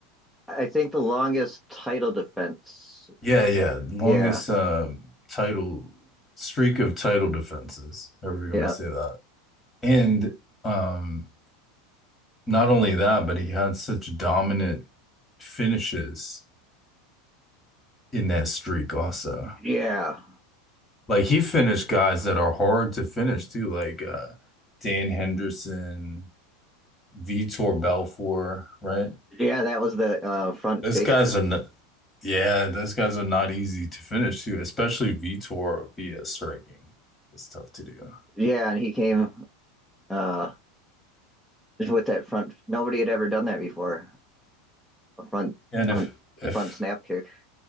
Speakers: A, in the centre; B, on the left (about 20°).
A: I think the longest title defense.
B: Yeah, yeah, longest
A: Yeah,
B: um, title streak of title defenses, however you want
A: yeah,
B: to say that. And um, not only that, but he had such dominant finishes in that streak also.
A: yeah,
B: Like he finished guys that are hard to finish too, like uh Dan Henderson, Vitor Belfort, right?
A: yeah. That was the uh, front
B: Those
A: face.
B: guys are not, yeah, those guys are not easy to finish too, especially Vitor via striking. It's tough to do.
A: Yeah, and he came uh, with that front. Nobody had ever done that before. A front,
B: And
A: front,
B: if if
A: front snap kick.